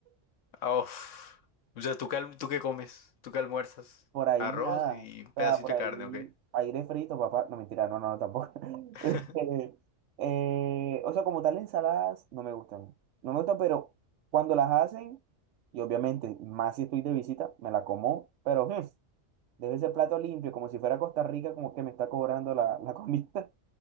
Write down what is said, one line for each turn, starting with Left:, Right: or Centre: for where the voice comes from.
Left: Ah, uf. O sea, ¿tú qué, al- tú qué comes? ¿Tú qué almuerzas?
Right: Por ahí
Left: Arroz
Right: nada.
Left: y un
Right: O
Left: pedacito
Right: sea, por
Left: de
Right: ahí
Left: carne, ¿ok?
Right: aire frito, papá. No, mentira, no, no, no, tampoco. <laughs>
Left: <laughs>
Right: Este, eh, o sea, como tal, ensaladas no me gustan. No me gustan, pero cuando las hacen, y obviamente, más si estoy de visita, me la como, pero <laughs> mm, debe ser plato limpio, como si fuera Costa Rica, como que me está cobrando la, la comida.